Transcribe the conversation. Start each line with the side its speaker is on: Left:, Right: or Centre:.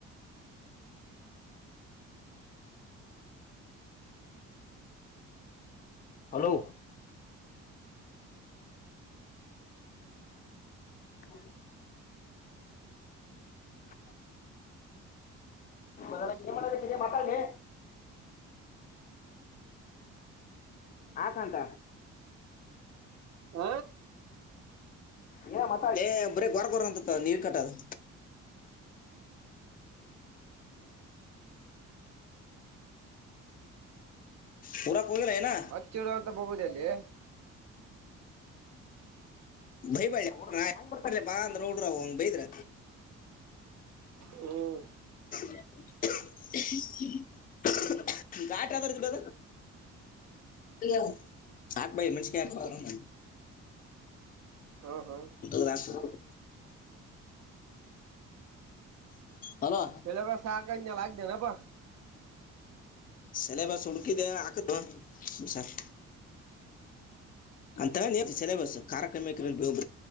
Left: ಹಲೋ ಹಾ ಹಾ ಮದನ ಏನ ಮಾಡಾಕತ್ತಿ ಮಾತಾಡ್ಲೆ. ಆಕಂತ.
Right: ಹ
Left: ಏನ್ರ ಮಾತಾಡಲೇ ಬರ ಗರ್ಗೋರ್ ಅಂತ ನೀರ್ ಕಟ್ಟದು. ಪೂ ಕಲ್ ಹೋಗಿಲ್ಲ ಇನ್ನ.
Right: ಹಚ್ಚಿಡುವ ಅಂತ ಹೋಗುದ ಅಲ್ಲಿ.
Left: ಬೈ ಬಾಳಿ ಹೋಡ್ರ ಹೆಂಗ ಬರ್ತಾರ ಬಾ ಅಂದ್ರ ಹುಡರ ಹಂಗ್ ಬೈದ್ರ.
Right: ಹ್ಮ್
Left: <inaudible> ಘಾಟ್ ಯದರದ ಬೇ ಅದ್...... ಸಾಕ ಭ ಮೆಣಸಿನಕಾಯಿ ಹಾಕ.
Right: ಹ ಹಾ
Left: ಲ್ಲಾಸ <unintelligible> ಹಲೋ
Right: ಪೆಲ್ಲ ಬ ಸಾಕ ಅೆ ಲಾಗಿದೆನೆ ಪ <inaudible>
Left: ಸೆಲೆಬಸ್ ಹುಡುಕಿದೆ ಹಾಕಿದೇನು..... ಸರ್. ಅಂತ ಸಿಲೆಬಸ್ ಕಾರಕ್ರಮ ಒಬ